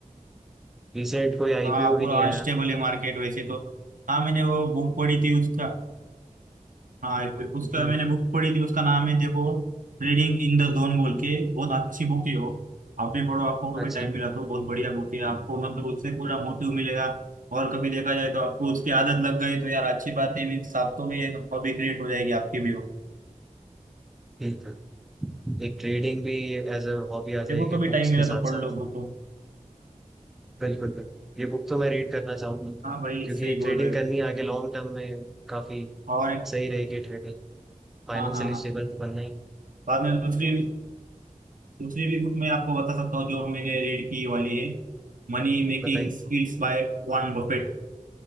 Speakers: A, in the centre; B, on the right.
A: रिसेंट कोई आईपीओ
B: हाँ पूरा
A: भी नहीं
B: अनस्टेबल
A: आया
B: है मार्केट वैसे तो हाँ मैंने वो बुक पढ़ी थी उसका हाँ एक- उसका
A: हम्म
B: मैंने बुक पढ़ी थी उसका नाम है देखो रीडिंग इन द जोन बोल के बहुत अच्छी बुक है वो आप भी पढ़ो आपको कभी
A: अच्छा
B: टाइम मिला तो बहुत बढ़िया बुक है आपको मतलब उससे पूरा मोटिव मिलेगा और कभी देखा जाए तो आपको उसकी आदत लग गई तो यार अच्छी बात है मीन्स आपको भी एक हॉबी क्रिएट हो जाएगी आपकी भी वो
A: ठीक है एक ट्रेडिंग भी एज अ हॉबी आ
B: देखो
A: जाएगी
B: कभी
A: बुक्स
B: टाइम मिला
A: के
B: तो
A: साथ
B: पढ़
A: साथ
B: लो बुक को
A: बिल्कुल बिल्कुल ये बुक तो मैं रीड करना चाहूंगा
B: हाँ भाई
A: क्योंकि
B: सही बोल
A: ट्रेडिंग
B: रहे
A: करनी
B: हो
A: आगे लॉन्ग टर्म में काफी
B: और एक-
A: सही रहेगी ट्रेडिंग फाइनेंशियली
B: हाँ हाँ हाँ
A: स्टेबल तो बनना ही
B: बाद में दूसरी दूसरी भी बुक मैं आपको बता सकता हूँ जो मैंने रीड की वाली है money making
A: बताइए
B: skills by Warren Buffett